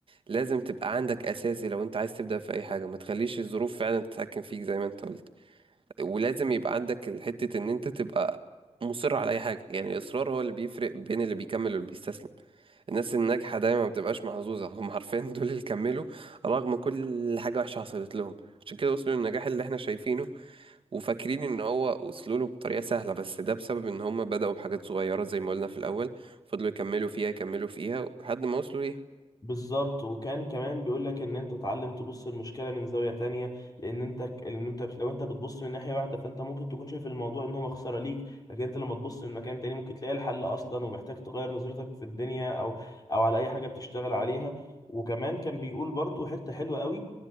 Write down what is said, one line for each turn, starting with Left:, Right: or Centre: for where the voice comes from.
Right: لازم تبقى عندك اساسي لو انت عايز تبدأ في اي حاجة ما تخليش الظروف فعلا تتحكم فيك زي ما انت قلت ولازم يبقى عندك حتة ان انت تبقى مصر على اي حاجة يعني الاصرار هو اللي بيفرق بين اللي بيكمل واللي بيستسلم الناس الناجحة دايما ما بتبقاش محظوظة هم عارفين دول اللي كملوا رغم كل حاجة وحشة حصلت لهم عشان كده وصلوا للنجاح اللي احنا شايفينه وفاكرين ان هو وصلوا له بطريقة سهلة بس ده بسبب ان هم بدأوا بحاجات صغيرة زي ما قلنا في الاول فضلوا يكملوا فيها يكملوا فيها لحد ما وصلوا ليها
Left: بالظبط وكان كمان بيقول لك ان انت تتعلم تبص المشكله من زاويه تانية لان انت لان انت لو انت بتبص من ناحيه واحده فانت ممكن تكون شايف الموضوع ان هو خساره ليك لكن انت لما تبص من مكان تاني ممكن تلاقي الحل اصلا ومحتاج تغير نظرتك في الدنيا او او على اي حاجه بتشتغل عليها وكمان كان بيقول برضو حته حلوه قوي